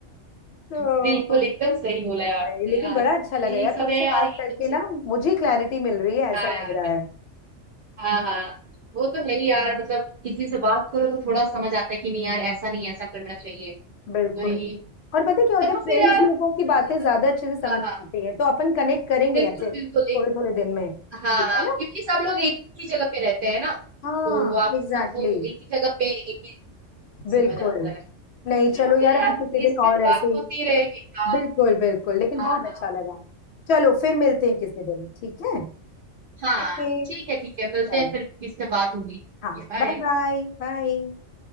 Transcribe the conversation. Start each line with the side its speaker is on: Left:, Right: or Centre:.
Left: तो
Right: <laughs> बिल्कुल एकदम सही बोला यार
Left: भाई
Right: तुमने
Left: लेकिन
Right: यार
Left: बड़ा अच्छा लगा
Right: यही
Left: यार
Right: सब
Left: तुमसे
Right: है
Left: बात
Right: यार ये
Left: करके
Right: सब चल
Left: ना मुझे क्लैरिटी मिल रही है ऐसा
Right: हाँ यार
Left: लग रहा
Right: बिल्कुल।
Left: है
Right: हाँ हाँ वो तो है ही यार मतलब किसी से बात करो तो थोड़ा समझ आता है कि नहीं यार ऐसा नहीं ऐसा करना चाहिए
Left: बिल्कुल
Right: वही
Left: और पता है क्या होता
Right: चलो
Left: है फ्रेंड्स
Right: फिर यार
Left: लोगों की बातें
Right: सब चीजों-
Left: ज्यादा अच्छे से समझ
Right: हाँ
Left: में
Right: हाँ
Left: आती हैं तो अपन कनेक्ट करेंगे
Right: बिल्कुल
Left: ऐसे थोड़े
Right: बिल्कुल एक
Left: थोड़े दिन में ठीक
Right: हाँ हाँ
Left: है ना
Right: क्योंकि सब लोग एक ही जगह पे रहते हैं ना
Left: हाँ
Right: तो आप
Left: एग्जैक्टली
Right: सब लोग
Left: exactly,
Right: एक ही जगह पे एक ही
Left: बिल्कुल
Right: समझ आता है
Left: नहीं
Right: चलो
Left: चलो यार
Right: फिर
Left: अभी
Right: यार
Left: किसी दिन
Right: इस पे
Left: और
Right: तो
Left: ऐसे
Right: बात
Left: ही
Right: होती रहेगी यार
Left: बिल्कुल बिल्कुल लेकिन बहुत
Right: हाँ हाँ
Left: अच्छा लगा चलो फिर मिलते हैं किसी दिन ठीक है
Right: हाँ
Left: ओके
Right: ठीक है ठीक है मिलते
Left: चलो
Right: हैं फिर किससे बात होगी
Left: हाँ
Right: बाय
Left: Bye bye bye